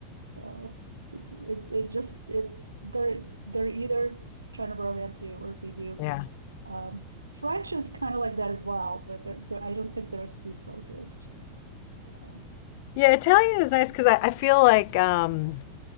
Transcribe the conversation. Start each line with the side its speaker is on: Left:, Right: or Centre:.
Right: uh, it it just it they're they're either trying to romance you or feed you.
Left: yeah.
Right: Um, French is kind of like that as well, but they're, they're I don't think they're as food focused. Uh,
Left: Yeah, Italian is nice because I, I feel like um